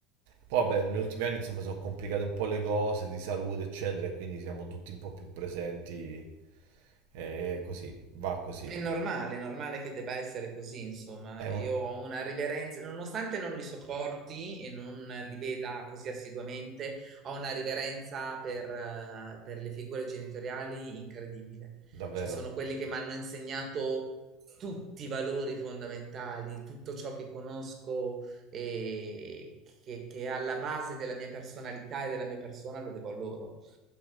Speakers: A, on the right; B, on the right.
A: Poi, vabbè, negli ultimi anni, insomma, sono complicate un po' le cose di salute, eccetera, e quindi siamo tutti un po' più presenti. E così, va così.
B: È normale, è normale che debba essere così, insomma.
A: È un-
B: Io ho una riverenza, nonostante non li sopporti e non li veda così assiduamente, ho una riverenza per, eh, per le figure genitoriali incredibile.
A: Davvero?
B: Cioè, sono quelli che mi hanno insegnato tutti i valori fondamentali, tutto ciò che conosco e che, che è alla base della mia personalità e della mia persona lo devo a loro.